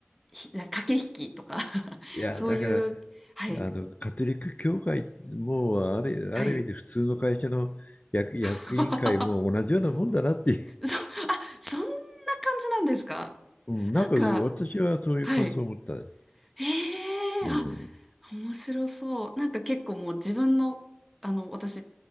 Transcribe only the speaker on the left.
いやだから
あのカトリック教会もある、
ある意味で普通の会社の役、役員会も同じようなもんだなっていう、
<laughs> うん、なんか私はそういう感想を持ったね。
うん、
うん、